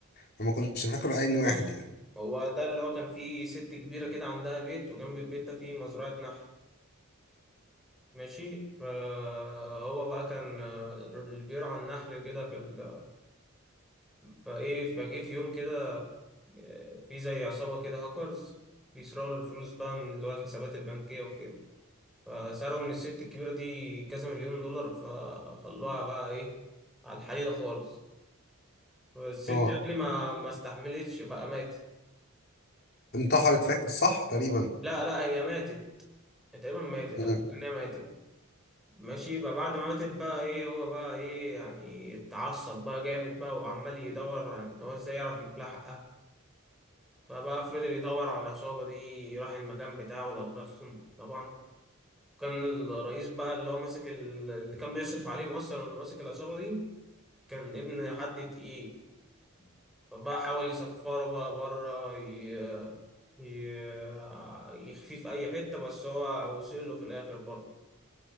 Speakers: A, on the left; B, in the centre.
A: فما كنتش فاكر عيني
B: بص
A: واحد يعني
B: هو ده اللي هو كان فيه ست كبيره كده عندها بيت وجنب البيت ده فيه مزرعه نحل ماشي فهو بقى كان آه، اللي بيرعى النحل كده في ال... فايه فجه في يوم كده آه، في زي عصابة كده هاكرز بيسرقوا الفلوس بقى من اللي هو الحسابات البنكية وكده فسرقوا من الست الكبيرة دي كذا مليون دولار فخلوها بقى ايه على الحديدة خالص فالست
A: اه
B: يعني ما ما استحملتش بقى ماتت
A: انتحرت فاكر صح تقريبا
B: لا لا هي ماتت تقريبا ماتت
A: مم.
B: انا فاكر ان هي ماتت ماشي بقى بعد ما ماتت بقى ايه هو بقى ايه يعني اتعصب بقى جامد بقى وعمال يدور عن ان هو ازاي يعرف يجيب لها حقها فبقى فضل يدور على العصابة دي راح المكان بتاعه ودغدغهم طبعا كان الرئيس بقى اللي هو ماسك ال- اللي كان بيصرف عليهم اصلا اللي ماسك العصابة دي كان ابن حد تقيل فبقى حاول يسفره بقى بره ي... ي... يخفيه في اي حتة بس هو وصل له في الاخر برضه